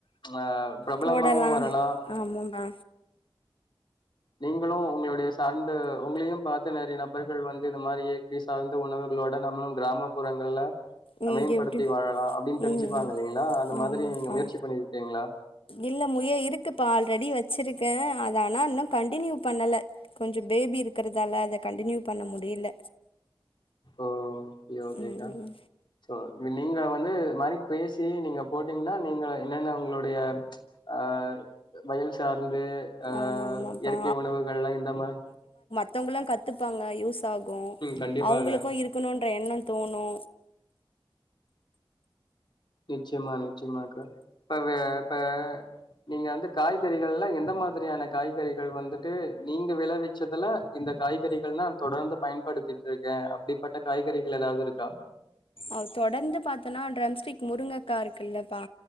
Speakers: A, on the left; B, on the left.
A: ஆஹ் பிரபலமாவு
B: போடலா
A: வரலா
B: ஆமாப்பா
A: நீங்களு உங்களுடைய சார்ந்து உங்களையும் பார்த்து நிறைய நபர்கள் வந்து இந்த மாரி இயற்கை சார்ந்த உணவுகளோட நம்மளும் கிராமப்புறங்கள்ல
B: இங்க
A: மேம்படுத்தி
B: எப்டி
A: வாழலா அப்டின்னு தெரிஞ்சுப்பாங்க
B: ம் ம்
A: இல்லைங்களா அந்த மாதிரி
B: ஆமாப்பா
A: நீங்க முயற்சி பண்ணிருக்கீங்களா
B: இல்ல முய இருக்குப்பா ஆல்ரெடி வச்சிருக்கே ஆனா இன்னு கண்டினியூ பண்ணல கொஞ்ச பேபி இருக்கு இருக்கறதால அத கண்டினியூ பண்ண முடியல
A: ஓஹ் செரி ஓகேக்கா
B: ம்
A: சோ நீங்க வந்து மாரி பேசி நீங்க போட்டீங்கன்னா நீங்க என்னென்ன உங்களுடைய ஆஹ் வயல் சார்ந்து ஹ் ஆஹ்
B: ஆமா ஆமாப்பா
A: இயற்கை உணவுகள்ல்லா இந்த மாரி
B: மத்தவங்கல்லா கத்துப்பாங்க யூஸ் ஆகும்
A: கண்டிப்பாக
B: அவங்களுக்கு இருக்கணுன்ற எண்ணோ தோணு
A: நிச்சயமா நிச்சயமாக்க இப்ப வேப்ப நீங்க வந்து காய்கறிகள்ல்லா எந்த மாதிரியான காய்கறிகள் வந்துட்டு நீங்க விளைவிச்சதுல இந்த காய்கறிகள் நா தொடர்ந்து பயன்படுத்திட்டு இருக்கே அப்டிப்பட்ட காய்கறிகள் எதாவது இருக்கா
B: அ தொடர்ந்து பாத்தனா ட்ரம்ஸ்டிக் முருங்கக்கா இருக்கு இல்லப்பா